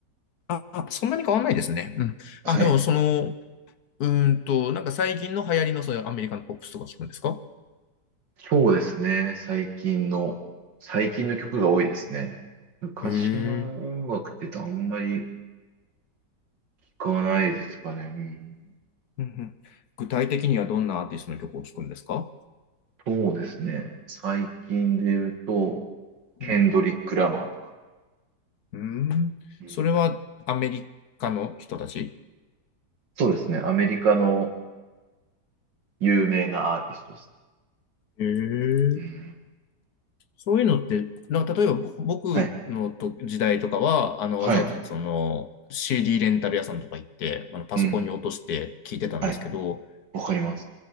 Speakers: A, on the left; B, on the right.
A: あ、あそんなに変わんないですね。うん。
B: はい。
A: あ、でもその、うーんと、なんか最近の流行りのそういうアメリカのポップスとか聞くんですか
B: そうですね。最近の、最近の曲が多いですね。昔の音楽って言うとあんまり聞
A: へえ。
B: かないですかね。うん
A: うんうん。具体的にはどんなアーティストの曲を聞くんですか
B: そうですね。最近で言うと、ケンドリック・
A: うん。
B: ラマーとか。
A: うーんそれはアメリカの人たち
B: うんそうですね。アメリカの有名なアーティストです。
A: へえ。
B: うん
A: そういうのって、なんか例えばぼ僕のと時代とかは、
B: はい。
A: あのわざわざその
B: はい。
A: CD レンタル屋さんとか行って、あのパソコンに落として聞いてたんですけど、
B: うん。はい。わかります。